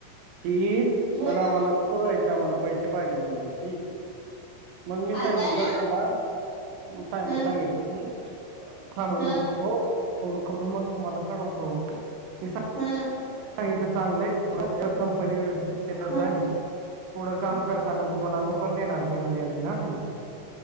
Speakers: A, on the right (about 75°); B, on the right (about 60°).
A: ती
B: हो
A: पण आम्हाला पुरयेत आम्हाला पैसे पाहिजे म्हणते ती मग मी सांगितलंथांबा.
B: आता ना
A: काय मग
B: ह
A: सांगितलं. हां मग
B: ह
A: मी बघतो फोन करून मग तुम्हाला कळवतो. मी
B: हम्म
A: सांगितलं चांगलं आहे <inaudible> कंपनी व्यवस्थित सेटल
B: ह
A: झाली. पुढं काम करताना तुम्हाला लोन पण देणार बिना व्याजनं आ ती